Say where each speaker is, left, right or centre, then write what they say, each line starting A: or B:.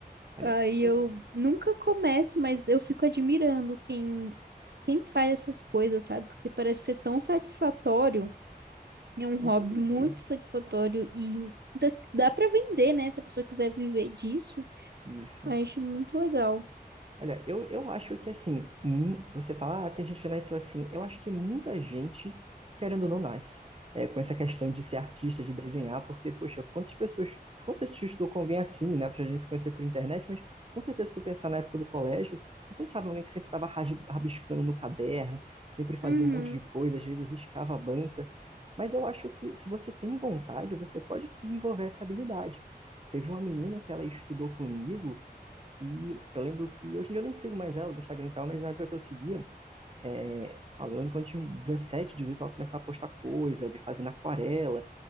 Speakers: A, on the right (about 35°); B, on the right (about 90°).
A: olha,
B: Aí eu
A: eu
B: nunca começo, mas eu fico admirando quem quem faz essas coisas, sabe? Porque parece ser tão satisfatório, é um hobby
A: entendi
B: muito satisfatório e dá, dá para vender, né? Se a pessoa quiser viver disso,
A: isso.
B: eu acho muito legal.
A: Olha, eu, eu acho que assim, mu- você fala, ah, tem gente que nasceu assim. Eu acho que muita gente, querendo ou não, nasce é, com essa questão de ser artista, de desenhar, porque, poxa, quantas pessoas, quantas vezes tu estudou com alguém assim, né? Pra gente se conhecer por internet, mas com certeza, se tu pensar na época do colégio, tu pensava em alguém que sempre estava rabiscando no caderno, sempre fazia
B: Uhum,
A: um monte de coisa, às vezes riscava a banca. Mas eu acho que se você tem vontade, você pode desenvolver essa habilidade. Teve uma menina que ela estudou comigo que eu lembro que hoje em dia eu nem sigo mais ela no Instagram e tal, mas na época que eu seguia, é, eu lembro quando eu tinha 17, 18, ela começava a postar coisa, de fazer na aquarela,